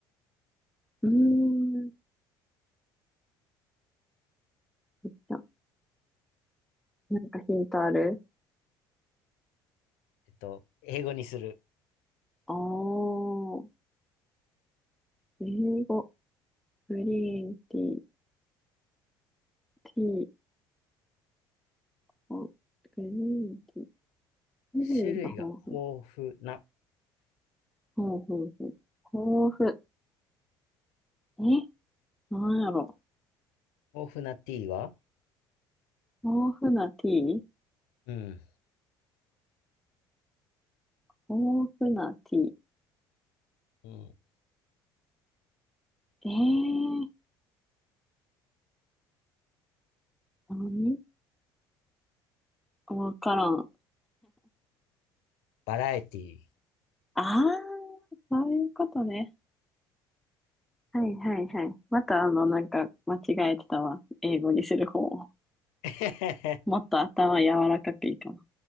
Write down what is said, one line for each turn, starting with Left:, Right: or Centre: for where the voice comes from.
Centre: うーん。お茶。なんかヒントある
Left: えっと、英語にする。
Centre: あー。英語。グリーンティー。ティー。おグリーンティー。種類が豊富。
Left: 種類が豊富な、
Centre: ほうほうほう。豊富。えなんやろ。
Left: 豊富なティーは
Centre: 豊富なティー
Left: うん。
Centre: 豊富なティー。
Left: うん。
Centre: えー、何わからん。
Left: バラエティ
Centre: あー、そういうことね。はいはいはい。またあの、なんか間違えてたわ。英語にする方を。
Left: ー。
Centre: もっと頭柔らかくいいかな。